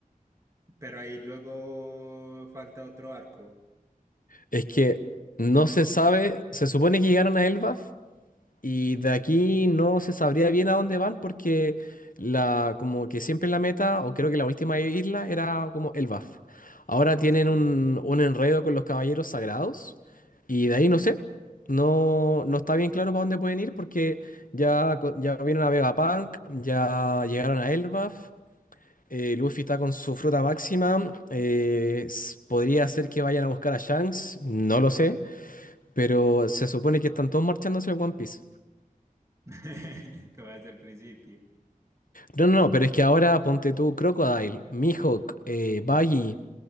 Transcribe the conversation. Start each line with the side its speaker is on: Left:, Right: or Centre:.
Right: Pero ahí luego falta otro arco.
Left: Es que no se sabe, se supone que llegaron a Elbaf y de aquí no se sabría bien a dónde van porque la, como que siempre la meta, o creo que la última isla era como Elbaf. Ahora tienen
Right: Sí.
Left: un, un enredo con los caballeros sagrados y de ahí no sé, no, no está bien claro para dónde pueden ir porque ya, co- ya vieron a Vegapunk, ya llegaron a Elbaf. eh, Luffy está con su fruta máxima. eh, s- podría ser que vayan a buscar a Shanks, no lo sé. Pero se supone que están todos marchando hacia el One Piece.
Right: <laughs> Como desde el principio.
Left: No, no, no, pero es que ahora ponte tú Crocodile, Mihawk, eh, Buggy,